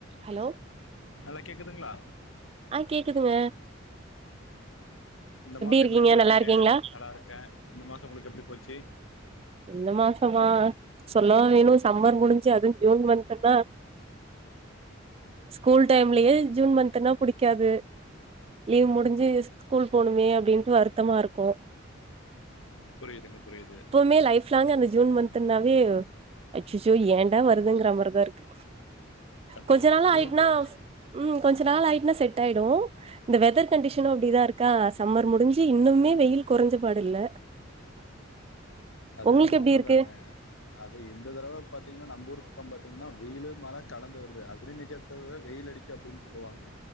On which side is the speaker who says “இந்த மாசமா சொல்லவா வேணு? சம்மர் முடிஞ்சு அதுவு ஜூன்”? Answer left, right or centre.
Right